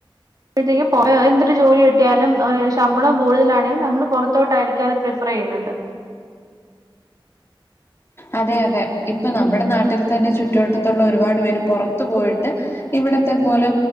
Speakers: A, on the right; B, on the left.
A: പ്പിഴിത്തേക്കും പോവേ എന്തൊരു ജോലി കിട്ടിയാലും ഒരു ശമ്പളം കൂടുതലാണെങ്കിൽ നമ്മള് പൊറത്തോട്ടായിരിക്കും അത് പ്രഫ പറയുന്നത്
B: അതെ അതെ ഇപ്പൊ നമ്മുടെ നാട്ടിൽ തന്നെ ചുറ്റുവട്ടത്തുള്ള ഒരുപാട് പേര് പൊറത്തു പോയിട്ട് ഇവിടത്തെ പോലെ